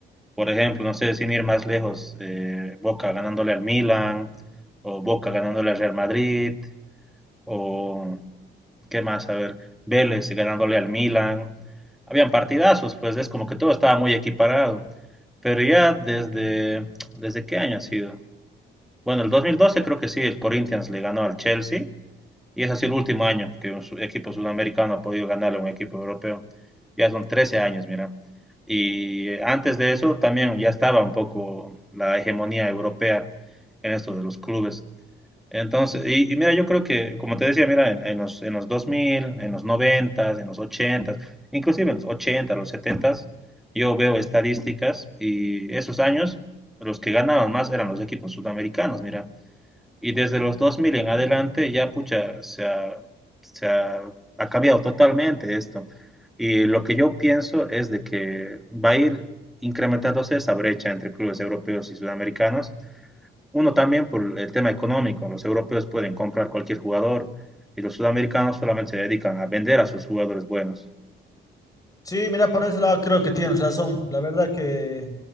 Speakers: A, in the centre; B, on the left.
A: por ejemplo, no sé, sin ir más lejos, eh, Boca ganándole al Milan, o Boca ganándole al Real Madrid, o qué más, a ver, Vélez ganándole al Milan, habían partidazos, pues es como que todo estaba muy equiparado, pero ya desde, ¿desde qué año ha sido? Bueno, el 2012 creo que sí, el Corinthians le ganó al Chelsea, y es así el último año que un su- equipo sudamericano ha podido ganarle a un equipo europeo. Ya son 13 años, mira. Y eh, antes de eso también ya estaba un poco la hegemonía europea en esto de los clubes. Entonces, y, y mira, yo creo que, como te decía, mira, en, en los, en los dos mil en los 90, en los 80, inclusive en los 80, los 70, yo veo estadísticas y esos años los que ganaban más eran los equipos sudamericanos, mira. Y desde los 2000 en adelante ya, pucha, se ha, se ha, ha cambiado totalmente esto. Y lo que yo pienso es de que va a ir incrementándose esa brecha entre clubes europeos y sudamericanos. Uno también por el tema económico. Los europeos pueden comprar cualquier jugador y los sudamericanos solamente se dedican a vender a sus jugadores buenos.
B: Sí, mira, por ese lado creo que tienes razón. La verdad que,